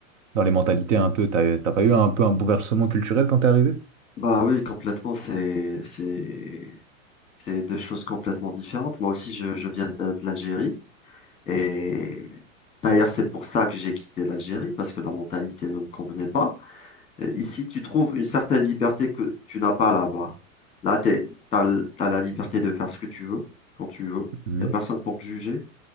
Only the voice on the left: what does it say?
Bah oui, complètement, c'est, c'est, c'est deux choses complètement différentes. Moi aussi, je, je viens de, de l'Algérie. Et d'ailleurs, c'est pour ça que j'ai quitté l'Algérie, parce que la mentalité ne me convenait pas. Et Ici, tu trouves une certaine liberté que tu n'as pas là-bas. Là, tu as, la liberté de faire ce que tu veux, quand tu veux.
Il n'y a personne pour te juger.